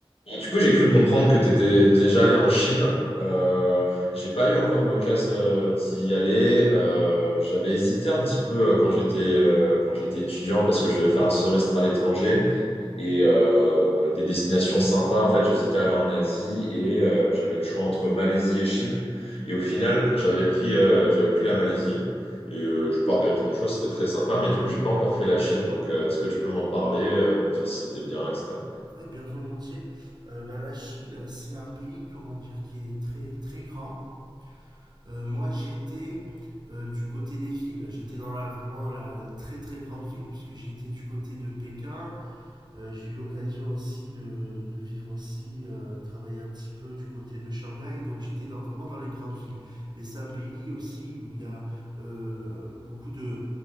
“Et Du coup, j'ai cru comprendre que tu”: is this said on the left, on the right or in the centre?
Left